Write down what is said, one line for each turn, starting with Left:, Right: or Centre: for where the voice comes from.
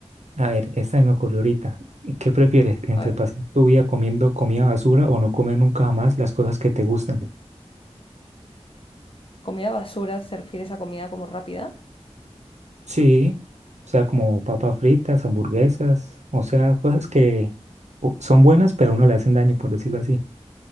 Right: A ver, esta se me ocurrió ahorita. ¿Y ¿Qué prefieres? ¿Entre
Left: A ver,
Right: pasar tu vida comiendo comida basura o no comer nunca jamás las cosas que te gustan?
Left: comida basura, ¿se refiere a esa comida como rápida?
Right: Sí, o sea, como papas fritas, hamburguesas, o sea, cosas que o- son buenas, pero a uno le hacen daño, por decirlo así.